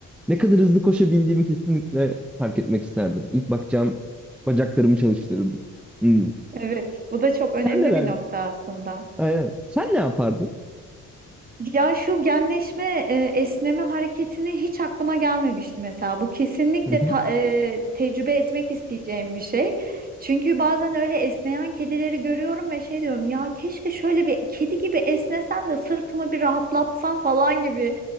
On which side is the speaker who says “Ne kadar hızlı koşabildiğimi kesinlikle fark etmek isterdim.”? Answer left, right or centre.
Centre